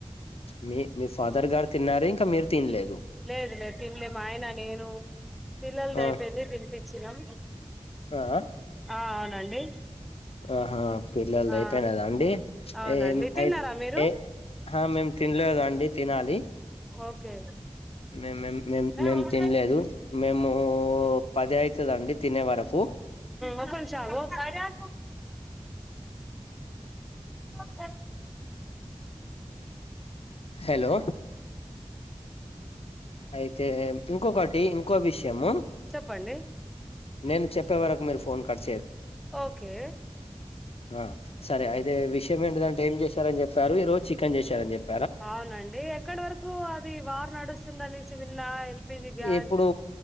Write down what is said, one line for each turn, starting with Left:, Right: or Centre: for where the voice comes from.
Left: మీ మీ ఫాదర్ గారు తిన్నారు ఇంకా మీరు తినలేదు
Centre: లేదు లేదు తినలే మా ఆయన నేను పిల్లల దైపోంది
Left: ఆ
Centre: తినిపించినాం
Left: ఆ
Centre: ఆ అవునండి
Left: ఆహా పిల్లలది
Centre: ఆ
Left: అయిపోయినదా అండి
Centre: అవునండి
Left: ఏం
Centre: తిన్నారా
Left: అయి
Centre: మీరు
Left: ఏ ఆ మేము తినలేదండి తినాలి
Centre: ఓకే
Left: మే మే మేము
Centre: ఒక
Left: తినలేదు మేము పది అవుతుందండి తినే వరకు
Centre: ఒపంషాగ అరే అర చ
Left: హలో అయితే ఇంకొకటి ఇంకో విషయము
Centre: చెప్పండి
Left: నేను చెప్పే వరకు మీరు ఫోన్ కట్ట
Centre: ఓకే
Left: ఆ సరే అయితే విషయం ఏంటిదంటే ఏం చేశారని చెప్పారు ఈ రోజు చికెన్ చేశారని చెప్పారు
Centre: అవునండి ఎక్కడి వరకు అది వారు నడుస్త తునది న్నా ఎల్పిపీజీ గ్యాస్
Left: ఇప్పుడు